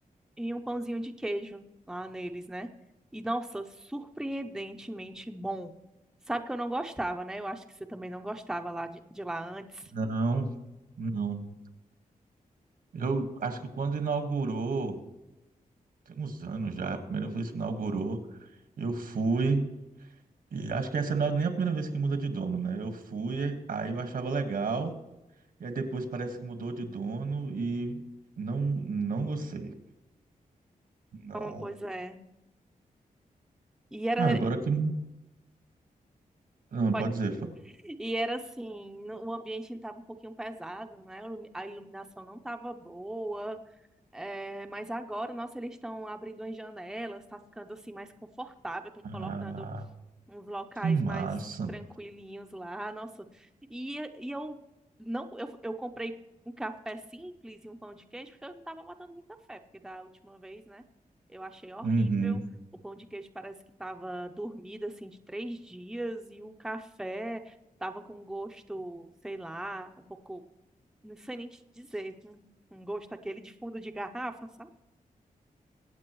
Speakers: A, in the centre; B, on the right.
A: e um pãozinho de queijo lá neles, né? E nossa, surpreendentemente bom. Sabe que eu não gostava, né? Eu acho que você também não gostava lá de, de lá antes.
B: não, não. Eu acho que quando inaugurou, tem uns anos já, a primeira vez que inaugurou, eu fui, e acho que essa não é nem a primeira vez que muda de dono, né? Eu fui, aí eu achava legal, e aí depois parece que mudou de dono e não, não gostei. Não.
A: Então, pois é. E era,
B: Ah, agora que. Não,
A: pode-
B: pode dizer. fa-
A: e era assim, no- o ambiente estava um pouquinho pesado, né? A iluminação não estava boa. É, mas agora, nossa, eles estão abrindo as janelas, tá ficando assim mais confortável, estão
B: Ah,
A: colocando uns locais
B: que massa.
A: mais tranquilinhos lá, nossa. E, e eu não, eu, eu comprei um café simples e um pão de queijo, porque eu não tava botando muita fé, porque da última vez, né, eu achei horrível.
B: Uhum.
A: O pão de queijo parece que tava dormido assim de três dias, e o café tava com um gosto, sei lá, um pouco, não sei nem te dizer, um um gosto aquele de fundo de garrafa, sabe?